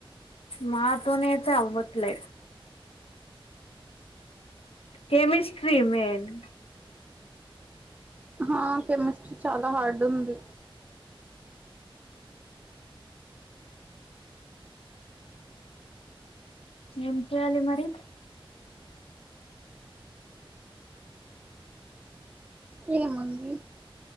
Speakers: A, on the left (about 80°); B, on the right (about 15°).
A: మా తోనే ఐతే అవ్వట్లే కెమిస్ట్రీ మేన్
B: ఆహా కెమిస్ట్రీ చాలా హార్డ్ ఉంది
A: ఏం చేయాలి మరి
B: ఏముంది